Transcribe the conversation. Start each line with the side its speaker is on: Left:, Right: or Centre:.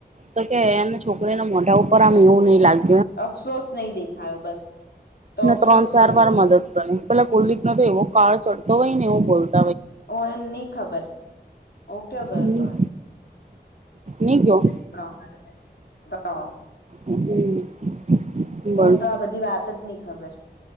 Right: તો કે એને છોકરીને મોઢા ઉપર આમ એવું નહીં લાગે
Left: અફસોસ નહીં દેખાયો બસ તો અફસોસ
Right: ત્રણ ચાર
Left: જોવો
Right: વાર મદદ
Left: તો
Right: કરી પેલા કુલદીપનોો તો એવો કાળ ચડતો હોય ને એવું બોલતો
Left: ઓ ન ખબર મક્યો ગયો
Right: હમ
Left: હતો આજે
Right: નહી ગયો
Left: <inaudible>
Right: હમ. બોલ
Left: હન તો આ બધી વાત જ નહી ખબર